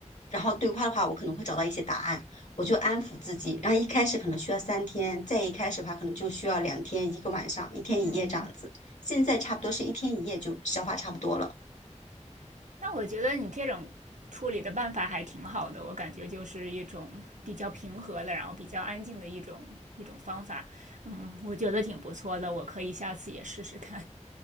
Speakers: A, on the left; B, on the right.
A: 然后对话的话，我可能会找到一些答案，我就安抚自己。然后一开始可能需要三天，再一开始的话可能就需要两天，一个晚上，一天一夜这样子。
B: 嗯，
A: 现在差不多是一天一夜就消化差不多了。
B: 那我觉得你这种处理的办法还挺好的，我感觉就是一种比较平和的，然后比较安静的一种一种方法。嗯，我觉得挺不错的，我可以下次也试试看。